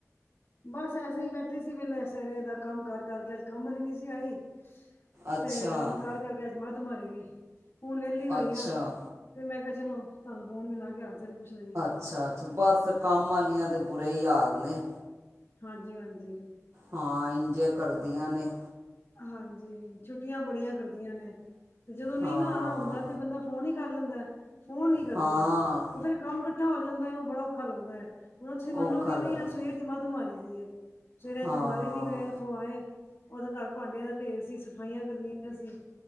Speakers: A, on the left; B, on the right.
A: ਬਸ ਐਸੇ ਹੀ ਬੈਠੇ ਸੀ ਵੇਲੇ ਐਸੇ ਰਹੇ ਦਾ ਕੰਮ ਕਰ ਕਰਕੇ ਅੱਜ ਕੰਮ ਵਾਲੀਨੀ ਸੀ ਆਈ।
B: ਅੱਛਾ
A: ਤੇ ਕੰਮ ਕਰਕੇ ਅੱਜ ਮੱਤ ਮਾਰੀ ਗਈ ਹੁਣ ਵਿਹਲੀ ਹੋਈ
B: ਅੱਛਾ
A: ਆ। ਤੇ ਮੈਂ ਕਿਹਾ ਚੱਲੋ ਤਾਨੂੰ ਫੋਨ ਵੀ ਲਾ ਕੇ ਆ ਕੇ ਚੱਲ ਪੁੱਛ ਲਈਏ।
B: ਅੱਛਾ ਅੱਛਾ ਬਸ ਕੰਮ ਵਾਲੀਆਂ ਤਾਂ ਬੁਰੇ ਹੀ ਹਾਲ ਨੇ।
A: ਹਾਂਜੀ ਹਾਂਜੀ।
B: ਹਾਂ ਇੰਜੇ ਕਰਦੀਆਂ ਨੇ।
A: ਹਾਂਜੀ ਛੁੱਟੀਆਂ ਬੜੀਆਂ ਕਰਦੀਆਂ ਨੇ। ਤੇ ਜਦੋਂ ਨਹੀਂ
B: ਹਾਂ
A: ਨਾ ਆਣਾ ਹੁੰਦਾ ਤੇ ਬੰਦਾ ਫੋਨ ਹੀ ਕਰ ਲੈਂਦਾ ਫੋਨ ਨੀ ਕਰਦੀਆਂ
B: ਹਾਂ
A: ਉਹ ਫਿਰ। ਕੰਮ ਇਕੱਠਾ ਹੋ ਜਾਂਦਾ ਹੈ ਉਹ ਬੜਾ ਔਖਾ ਲੱਗਦਾ ਹੈ ਹੁਣ ਤੁਸੀਂ ਮੰਨੋਗੇ
B: ਔਖਾ ਲੱਗਦਾ
A: ਨਹੀਂ ਆ ਸਵੇਰ ਦੀ ਮੱਤ ਮਾਰੀ ਸੀ ਇਹ। ਸਵੇਰੇ ਅੱਜ
B: ਹਾਂ
A: ਗੁਰਦੁਆਰੇ ਵੀ ਗਏ ਉੱਥੋਂ ਆਏ ਉਹਦੇ ਘਰ ਭਾਂਡਿਆਂ ਦਾ ਢੇਰ ਸੀ ਸਫਾਈਆਂ ਕਰਨੀਆਂ ਸੀ।